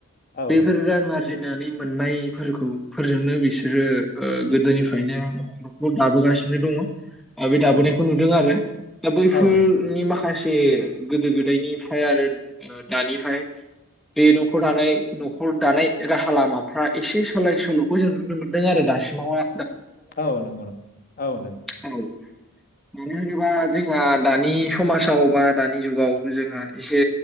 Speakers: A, on the left; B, in the centre.
A: औ
B: बेफोर
A: नंगौ
B: रां आरजिनानै मोननायफोरखौ फोरजोंनो बिसोरो ओ गोदोनिफ फाइनो न'खरखौ दाबोगासिनो दङ । आ बे दाबोनायखौ
A: औ
B: नुदों आरो दा बैफोरनि
A: औ
B: माखासे जे गोदो गोदायनिफ्राय आरो दानिफ्राय बे न'खर दानाय न'खर दानाय राहा लामाफ्रा एसे सोलाय सोल'खौ जों नुनो मोनदों आरो दासिमावहा
A: औ नंगौ नंगौ औ नंगौ ।
B: औ मानो होनोबा जोंहा दानि समाजाव बा दानि जुगाव जोंहा एसे